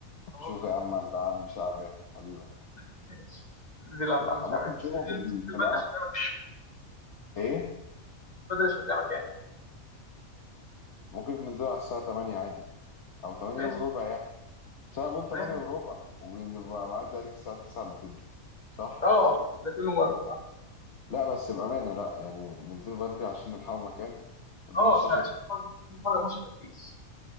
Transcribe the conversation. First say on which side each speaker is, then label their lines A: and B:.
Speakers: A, on the left; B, on the left.
A: خلاص
B: نشوف يا عم عند عم شعبان حبيبك
A: <laughs> ماشي دي اللي عند عم
B: أو
A: شعبان
B: ممكن نشوفه
A: بس عايزين
B: في ال-
A: ننزل بدري
B: في القهوة
A: عشان نعمل-
B: ايه
A: بدري عشان نعمل يعني
B: ممكن ننزله على الساعه 8 عادي او 8
A: ماشي
B: وربع يعني بس انا بقول 8
A: ماشي
B: وربع وبعدي عليك الساعه 9 الا تلت صح
A: اه ده كل مرة اه
B: لا بس بامانه لا يعني ننزله بدري عشان نلحقوا مكان قدام
A: آه،
B: الشاشه
A: عشان عشان نتفرج- عشان نتفرج على ماتش التركيز